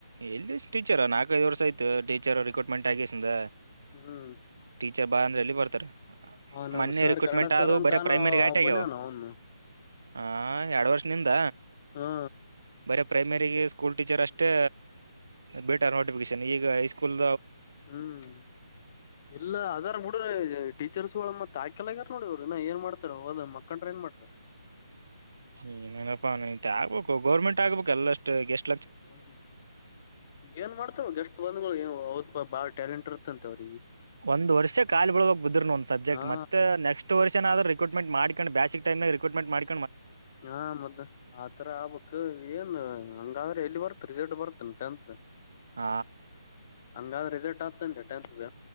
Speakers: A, on the right; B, on the left.
A: ಎಲ್ಲಿ ಟೀಚರ್ ನಾಲ್ಕೈಐದು ವರ್ಷ ಆಯತು ಟೀಚರ್ ರಿರೂಟ್ಮೆಂಟ್ ಆಗಸಂದ
B: ಹ್ಮ್
A: ಟೀಚರ್ ಬಾಾರ ಅಂದ್ರೆ ಎಲ್ಲಿ ಬರ್ತಾರೆ
B: ಹ ನಮ್
A: ಮೊನ್ನೆ
B: ಸರ್
A: ರರಿಕ್ರೂಟ್ಮೆಂಟ್
B: ಕನ್ನಡ
A: ಆದ
B: ಸರ್ ಅಂತಾನು
A: ಬರ ಪ್ರೈಮರಿ ಆಟ
B: ಒಬ್ಬನೇನು
A: ಆಗಾವ
B: ಅವನು
A: ಹ ಎರ ವರ್ ನಿಂದ
B: ಹಾ
A: ಬರ ಪ್ರೈಮರಿಗೆ ಸ್ಕೂಲ್ ಟೀಚರ್ ಅಷ್ಟೇ್ ಬೇಟ ನೋಟಿಫಿಕೇೇಶನ್ ಈಗ ಹೈಸ್ಕೂಲ್
B: ಹ್ಮ್ ಇಲ್ಲ ಅದಾರ ಮುಡ್ರ ಟೀಚರ್ಸ್ ಒಳ ಮತ್ತ ತಾಯ್ಕೆಲ್ಗಾರ ನೋಡವ್ರ ನಾ ಏನ್ ಮಾಡ್ತಾರ ಹೋದ್ ಮಕ್ಕಂಡ್ರ ಏನ್ ಮಾಡ್ರ
A: ಈನನಪ್ಪಾ ಇ ಆಗ್ಬೇಕು ಗೌರ್ಮೆಂಟ್ ಆಗ್ಬೇಕಕ್ ಎಲ್ಲ ಅಷ್ಟು ಎಷ್ಟು
B: ಹ್ಮ್ಮ ಏನ್ ಮಾಡ್ತವ ಎಷ್ಟ್ ಬಂದ್ಗಳು ಅವ ಬಾಳ ಟ್ಯಾಲೆಂಟ್ ಇರತಂತೆವ್ರಿ
A: ಒಂದ ವರ್ಷ ಕಾಲಿ ಬಿಳಕ್ ಬುದ್ರರು ಒಂದ ಸಬ್ಜೆಕ್ಟ್
B: ಹಾ
A: ಮತ್ತ ನೆಸ್ಟ್ ವರ್ ಏನಾದರು ರಿರೂಟೆಂಟ್ ಮಾಡಕೊಂಡ್ ಬ್ಯಾ ಸಿಕ್ ರರಿರೂಟ್ ಮಾಡಿ
B: ಹಾ ಮದ್ದ ಆತರ ಆಬಕ್ ಏನ್ ಹಂಗಾದ ಎಲ್ಲಿ ಬರ್ತ ರಿಸಲ್ಟ್ ಬರ್ತ ಟೆಂತ್
A: ಆ
B: ಹಂಗಾದ ರಿಸಲ್ಟ್ ಆಗ್ತನ್ ಟೆಂತ್